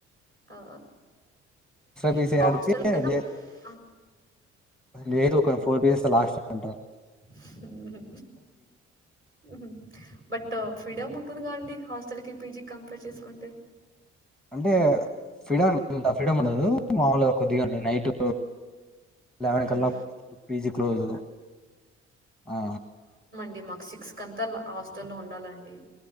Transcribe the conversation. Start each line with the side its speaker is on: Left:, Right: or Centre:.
Right: ఆ ఇద్
Centre: పీస్
Right: హోస్టల్
Centre: ఆడితే
Right: కన్న
Centre: లే
Right: ఆ
Centre: లేదు ఒక ఫోర్ డేస్ లాస్ట్ టంటారు
Right: ఉహు హూ బట్ ఫ్రీడం ఉంటుంది కాదండి హాస్టల్కి పీజీకి కంపేర్ చేస్కుంటే
Centre: అంటే ఫ్రీడం ఇంత ఫ్రీడముండదు మాముల్గా కొద్దిగా ఉండంది నైటూ లెవెన్ కల్లా
Right: మ్
Centre: పిజి క్లోజూ ఆ
Right: అది మాకు సిక్స్ కంతా ఆ హాస్టల్లో ఉండాలండి